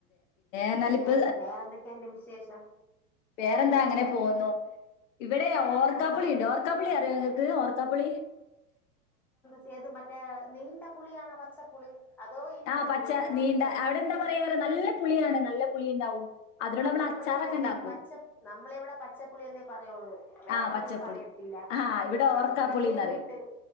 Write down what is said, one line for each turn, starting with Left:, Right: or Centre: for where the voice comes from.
Left: എന്നാല്
Centre: പിന്നെ
Left: ഇപ്പ
Centre: വേറെന്തൊക്കെയന്റെ വിശേഷം
Left: വേറെന്താ അങ്ങനെ പോുന്നുു ഇവിടെ ഓർക്കാപ്പളിയുണ്ട്
Centre: ആ
Left: ഓക്കപ്പളിയ എങ്ങക്ക് ഓർക്കാപുളി
Centre: തെത് മറ്റേ നീണ്ട പുളിയണോ പച്ചപ്പുളി അതോ ഇരുമ്പൻ
Left: ആ പച്ച
Centre: പുളിയാണോ
Left: നീണ്ട
Centre: മറ്റേ
Left: അവിടെ എന്താ പറയാ നല്ല പുളിയാണ് നല്ല പുളി ഉണ്ടാവും അതിനോട്
Centre: ആ
Left: നമ്മൾ
Centre: നമ്മളെ
Left: അച്ചാറൊക്കെ
Centre: ഇവിടെ ഇങ്ങനെ
Left: ഉണ്ടാക്കും
Centre: പച്ച നമ്മളെ ഇവിടെ പച്ചപ്പുളിയെന്നേ പറയോള്ളൂ വേറോന്നും
Left: ആ പച്ചപ്പുളി
Centre: പറയത്തില്ല
Left: ആ ഇവിടെ
Centre: ആ
Left: ഓർക്കാപ്പുളി
Centre: മറ്റേ നീണ്ടിട്ട്
Left: എന്നറിയും